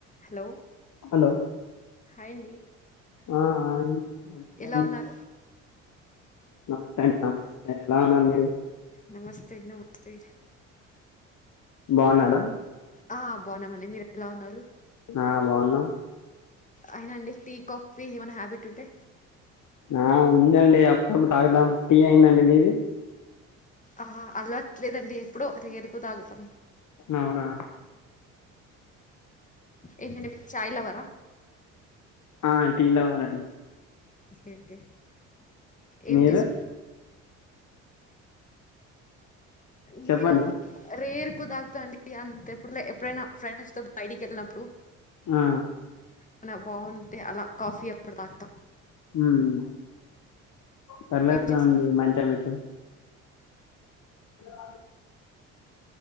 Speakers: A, on the left (about 20°); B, on the left (about 50°).
A: Hello
B: hello
A: hi అండి
B: ఆ hi నమస్తే
A: ఎలా
B: అండీ
A: ఉన్నారు
B: నమస్తే అండి నమస్తే ఎలాఉన్నారు మీరు
A: నమస్తే నమస్తే
B: బాగున్నారా
A: ఆ బావున్నామండి మీరు ఎలా ఉన్నారు
B: ఆ బాగున్నాం
A: అయిన అండి టీ కాఫీ ఏమైనా హ్యాబిట్ ఉంటే
B: ఆ ఉందండి అప్పుడప్పుడు తాగుదాం టీ అయిందండి మీది
A: ఆ అలవాటు లేదండి ఎప్పుడో రేర్ గా తాగుతాం
B: అవునా
A: ఏంటి మీరు చాయిలవరా
B: ఆ టీ లవరండి
A: ఏంటి ఏం
B: మీరు
A: తీస్ నేను
B: చెప్పండి
A: రేర్ ఎక్కువ తాగుతా అండి టీ అంత ఎప్పుడు ఎప్పుడైనా ఫ్రెండ్స్ తో బయటికి వెళ్ళినప్పుడు
B: ఆ
A: అ బాగుంటే అలా కాఫీ అప్పుడు తాగుతా
B: హ్మ్ పర్లేదుగా
A: ఏం చేస్త
B: అండి మంచి బిట్టే అ